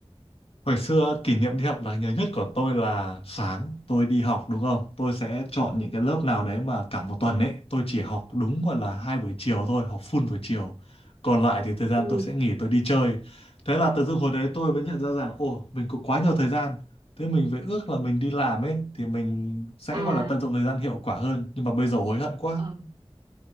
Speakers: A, on the left; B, on the right.
A: Hồi xưa kỷ niệm đi học đáng nhớ nhất của tôi là sáng tôi đi học đúng không? Tôi sẽ chọn những cái lớp nào đấy mà cả một tuần ấy tôi chỉ học đúng gọi là hai buổi chiều thôi, học full buổi chiều. Còn lại thì thời gian
B: Ừ
A: tôi sẽ nghỉ tôi đi chơi. Thế là tự dưng hồi đấy tôi mới nhận ra rằng ồ mình có quá nhiều thời gian. Thế mình phải ước là mình đi làm ấy thì mình sẽ
B: à
A: gọi là tận dụng thời gian hiệu quả hơn. Nhưng mà bây giờ hối hận quá.
B: ờ.